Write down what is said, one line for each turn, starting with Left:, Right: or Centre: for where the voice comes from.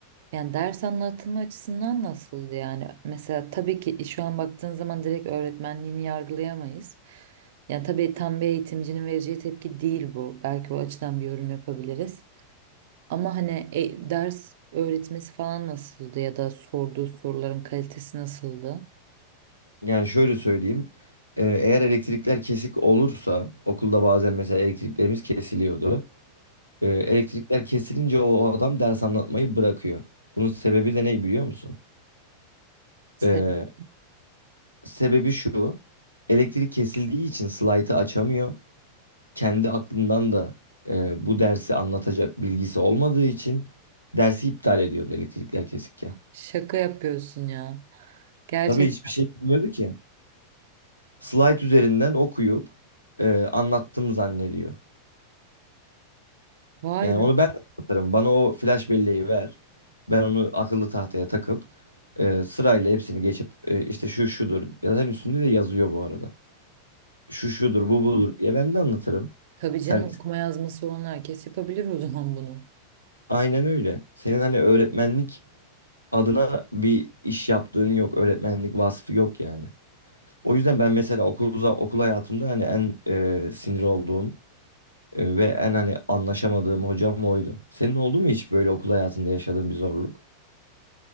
Right: yani ders anlatımı açısından nasıldı yani? Mesela tabii ki şu an baktığın zaman direkt öğretmenliğini yargılayamayız. Yani tabii tam bir eğitimcinin vereceği tepki değil bu. Belki o açıdan bir yorum yapabiliriz. Ama hani e, ders öğretmesi falan nasıldı ya da sorduğu soruların kalitesi nasıldı?
Left: Yani şöyle söyleyeyim. Ee, Eğer elektrikler kesik olursa okulda bazen mesela elektriklerimiz kesiliyordu. Ee, elektrikler kesilince o adam ders anlatmayı bırakıyor. Bunun sebebi de ne biliyor musun?
Right: <laughs>
Left: Ee, sebebi şu. Elektrik kesildiği için slaytı açamıyor. kendi aklından da e, bu dersi anlatacak bilgisi olmadığı için dersi iptal ediyordu elektrikler kesikken.
Right: Şaka yapıyorsun ya. Gerçekten.
Left: Tabii hiçbir şey bilmiyordu ki. Slide üzerinden okuyup e, anlattım zannediyor.
Right: Vay
Left: Yani
Right: be.
Left: onu ben de anlatırım. Bana o flash belleği ver. Ben onu akıllı tahtaya takıp e, sırayla hepsini geçip e, işte şu şudur. Yazan üstünde de yazıyor bu arada. Şu şudur, bu budur diye ben de anlatırım.
Right: Tabii
Left: Sen
Right: canım okuma yazması olan herkes yapabilir o <laughs> zaman bunu.
Left: aynen öyle. Senin hani öğretmenlik adına bir iş yaptığın yok, öğretmenlik vasfı yok yani. O yüzden ben mesela okula, okul hayatımda hani en e, sinir olduğum e, ve en hani anlaşamadığım hocam oydu. Senin oldu mu hiç böyle okul hayatında yaşadığın bir zorluk?